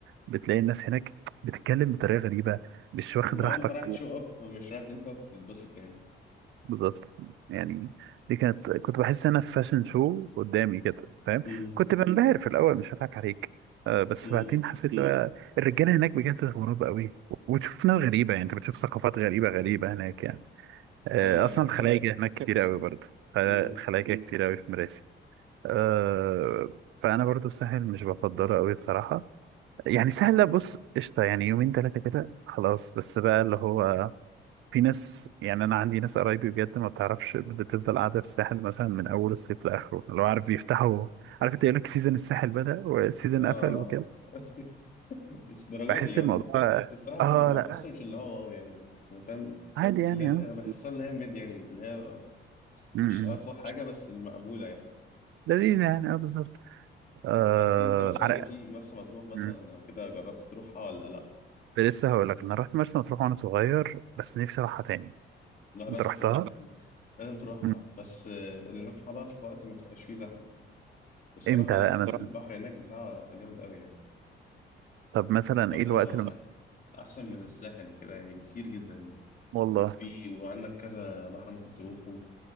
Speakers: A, on the right; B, on the left.
A: بتلاقي الناس هناك بتتكلم بطريقه غريبه مش
B: اللي
A: واخد راحتك
B: هو انت رايح تشو اب مش رايح ان انت تتبسط يعني
A: بالظبط يعني دي كانت كنت بحس انا في فاشن شو قدامي كده فاهم
B: مم.
A: كنت بنبهر في الاول مش هضحك عليك آه بس
B: مم.
A: بعدين حسيت مم. بقى الرجاله هناك بجد غراب قوي وتشوف ناس غريبه يعني انت بتشوف ثقافات غريبه غريبه هناك يعني آه
B: ايوه
A: اصلا
B: ايوه
A: آه. الخلايجه هناك كتير <laughs> قوي برضه الخلايجه
B: مم.
A: مم. كتير قوي في مراسي آه فانا برضو الساحل مش بفضله قوي بصراحه يعني سهل بص قشطه يعني يومين ثلاثه كده خلاص بس بقى اللي هو في ناس يعني انا عندي ناس قرايبي بجد ما بتعرفش بتفضل قاعده في الساحل مثلا من اول الصيف لاخره لو عارف بيفتحوا عارف انت يقول لك سيزون الساحل بدأ وسيزون
B: اه آه.
A: قفل وكده
B: <laughs> مش الدرجة
A: بحس
B: دي يا
A: الموضوع
B: عم الصراحة
A: اه
B: ما
A: لا
B: بحسه مش اللي هو واو يعني بس فاهم
A: عادي يعني
B: اللي هي بحسها
A: اه
B: اللي هي ميد يعني اللي هي
A: م-
B: مش
A: م.
B: أقوى حاجة بس المقبولة يعني
A: لذيذ يعني اه بالظبط آه
B: طب إيه أنت مثلا
A: عرق
B: في مرسى مطروح مثلا
A: م.
B: أو كده جربت تروحها ولا لأ؟
A: لسه هقول لك انا رحت مرسى مطروح وانا صغير بس نفسي اروحها تاني
B: لا لازم
A: انت رحتها
B: تروح يا عم لازم تروحها
A: م.
B: بس آه، اللي نروحها بقى في وقت ما تبقاش فيه زحمة الصراحة
A: امتى
B: لا
A: بقى مثلا
B: البحر هناك بتاعها جامد قوي يعني
A: طب مثلا
B: أقوى
A: ايه الوقت اللي
B: أحسن من الساحل وكده يعني بكتير جدا
A: والله
B: في وعندك كذا بحر ممكن تروحه